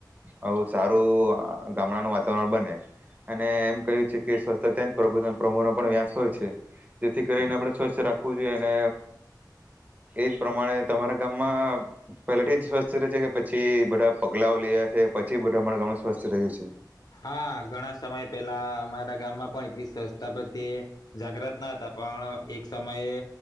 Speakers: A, on the right; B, on the left.
A: આવું સારું ગામડાનું વાતાવરણ બને, અને એમ કહ્યું છે કે સ્વસ્થતાં જ પ્રભુનો પણ વ્યાસ હોય. છે, જેથી કરીને આપણે સ્વસ્થ રાખવું જોઈએ અને એજ પ્રમાણે તમારા ગામમાં પહેલાથી જ સ્વસ્થ રહે છે કે પછી બધા પગલાઓ લયા છે પછી બધું અમારા ગામમાં સ્વસ્થ રહ્યું છે?
B: હા ઘણા સમય પેલા અમારા ગામમાં પણ એટલી સ્વચસ્તા પ્રત્યે, જાગ્રત ના હતા પણ એક સમયે